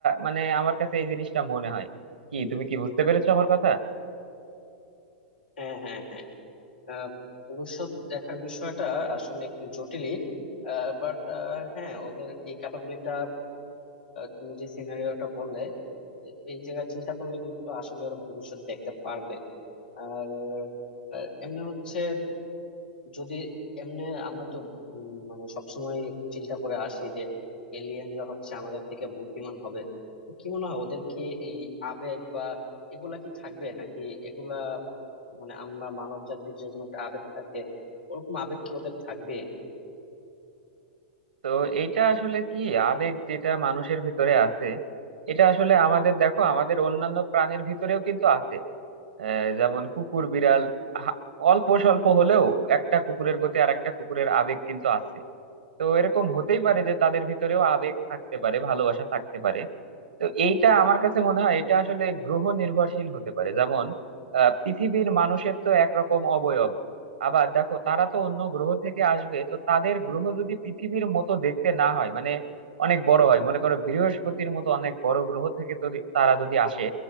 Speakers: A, on the right; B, on the left.
A: মানে আমার কাছে এই জিনিসটা মনে হয় কি তুমি কি বুঝতে পেরেছো আমার কথা
B: হ্যাঁ হ্যাঁ হ্যাঁ আহ, ভবিষ্যৎ দেখার বিষয়টা আসলে একটু জটিলই বাট হ্যাঁ ওদের এই ক্যাপাবিলিটা তুমি যে সিনারিওটা বললে এ- এই জায়গায় চিন্তা করলে কিন্তু আসলে ওরা ভবিষ্যৎ দেখতে পারবে আর আহ, এমনি হচ্ছে যদি এমনি আমরা তো উম, মানে সবসময় চিন্তা করে আসি যে এলিয়েনরা হচ্ছে আমাদের থেকে বুদ্ধিমান হবে তো কি মনে হয় ওদের কি এই আবেগ বা এগুলা কি থাকবে নাকি এগুলা মানে আমরা মানব জাতির যেরকম একটা আবেগ থাকে ওরকম আবেগ কি ওদের থাকবে
A: তো এইটা আসলে কি আবেগ যেটা মানুষের ভিতরে আছে এটা আসলে আমাদের দেখো আমাদের অন্যান্য প্রাণীর ভিতরেও কিন্তু আছে আহ, যেমন কুকুর বিড়াল হা- অল্প স্বল্প হলেও একটা কুকুরের প্রতি আর একটা কুকুরের আবেগ কিন্তু আছে তো এরকম হতেই পারে যে তাদের ভিতরেও আবেগ থাকতে পারে ভালোবাসা থাকতে পারে তো এইটা আমার কাছে মনে হয় এটা আসলে গ্রহ নির্ভরশীল হতে পারে যেমন আহ, পৃথিবীর মানুষের তো একরকম অবয়ব আবার দেখো তারা তো অন্য গ্রহ থেকে আসবে তো তাদের গ্রহ যদি পৃথিবীর মতো দেখতে না হয় মানে অনেক বড় হয় মনে করো বৃহস্পতির মতো অনেক বড় গ্রহ থেকে তো তারা যদি আসে